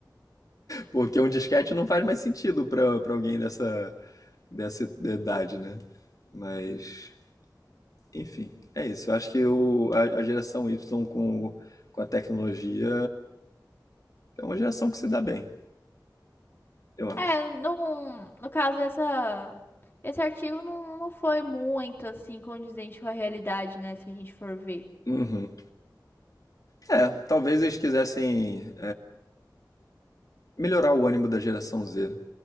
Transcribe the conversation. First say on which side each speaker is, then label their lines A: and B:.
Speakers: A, on the left (about 50°); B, on the left (about 30°).
A: Porque um disquete não faz mais sentido para para alguém dessa, dessa idade, né? Mas, enfim, é isso. Eu acho que o, a, a geração Y com, com a tecnologia é uma geração que se dá bem, eu acho.
B: É, não, no caso essa, esse artigo não, não foi muito assim condizente com a realidade, né, se a gente for ver.
A: Uhum. É, talvez eles quisessem melhorar o ânimo da geração Z. né?